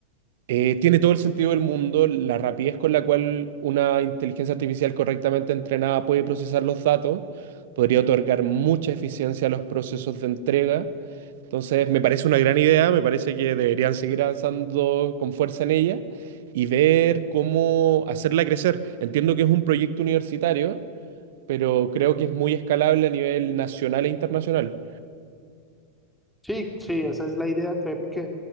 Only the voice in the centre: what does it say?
Sí, sí, esa es la idea. Créeme que